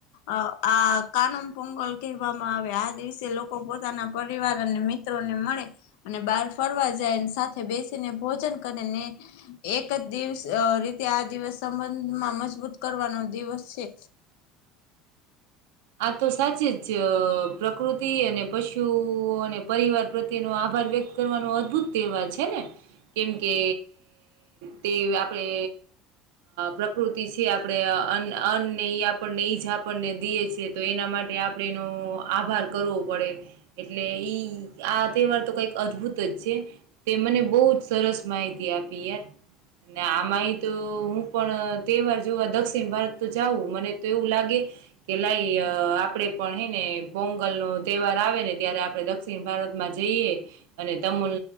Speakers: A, on the left; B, on the right.
A: અ આ કાનમ પોંગલ કહેવામાં આવે આ દિવસે લોકો પોતાના પરિવાર અને મિત્ર. મળે અને બહાર ફરવા જાય સાથે બેસીને ભોજન કરેને એક. દિવસ રીતે આ દિવસ સંબંધમાં મજબૂત કરવાનો દિવસ છે.
B: આ તો સાચી જ પ્રકૃતિ અને પશુ અને પરિવાર પ્રત્યેનો આભ. આભાર વ્યક્ત કરવાનો અદભુત તહેવાર છે ને. કેમ કે તે આપડે પ્રકૃતિ છે આપણેે. અને આપણને ઈજા આપણને દએ છેી. તો એના માટે આપડે એનો આભાર કરવો પડે એટલે ઈ આ તહેવાર તો. કઈક અદભુત જ છે તે મને બહુ જ સરસ માહિતી આપી યાર. આમાંય તો હું પણ તહેવાર જોવા દક્ષિણ ભારત જાઉં મને તો એવું લાગે. કેલાય. અ આપણેે પણ હે ને પોંગલ નો તહેવાર આવે ને ત્યારે આપણે દક્ષિણ ભારતમાં જઈએ. અને તમિલ